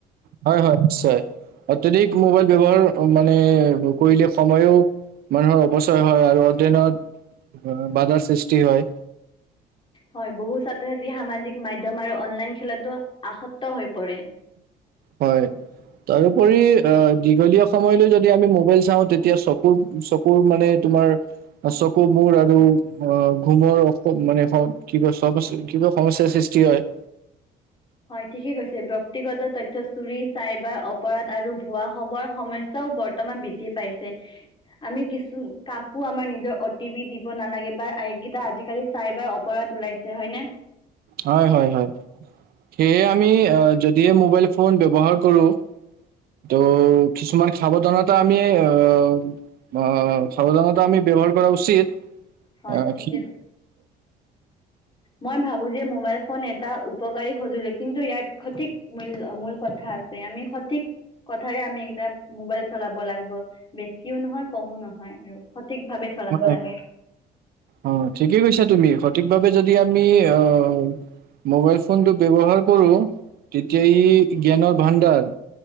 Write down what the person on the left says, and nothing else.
হয় বহু ছাত্ৰ ছাত্ৰী সামাজিক মাধ্যয়ম আৰু অনলাইন খেলাতো আসক্ত হৈ পৰে
হয় ঠিকেই কৈছে ব ব্যক্তিগত তথ্য চুৰি চাইবাৰ অপৰাধ আৰু ভুৱা খৱৰ সমস্যাও বৰ্তমান বৃদ্ধি পাইছে আমি কিছু কাকো আমাৰ নিজৰ অ'টি পি দিব নালাগে বা এইকেইটা আজিকালি চাইবাৰ অপৰাধ ওলাইছে হয়নে।
হয়
ঠিকে
কৈছে। মই ভাবো যে মোবাইল ফোন এটা উপকাৰী সঁজুলি কিন্তু ইয়াত সঠিক মূল মূল কথা আছে আমি সঠিক কথাৰে আমি এটা মোবাইল চলাব লাগিব বেছিও নহয় কমো নহয় আৰু সঠিক ভাৱে চলাব
লাগে